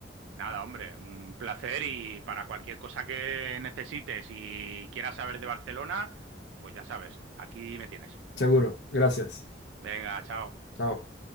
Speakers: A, on the right (about 85°); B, on the left (about 70°).
A: Nada, hombre, un placer y para cualquier cosa que necesites y quieras saber de Barcelona, pues ya sabes, aquí me tienes.
B: Seguro. Gracias.
A: Venga, chao.
B: Chao.